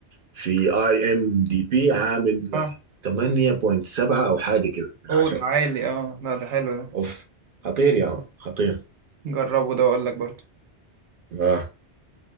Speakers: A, on the right (about 55°); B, on the right (about 80°).
A: في اي ام دي بي عامل
B: آه.
A: 8.7 او حاجة كده من
B: اوه
A: 10
B: ده عالي اه لا ده حلو ده
A: اوف خطير يا عم خطير
B: جربه ده وأقول لك برضه
A: اه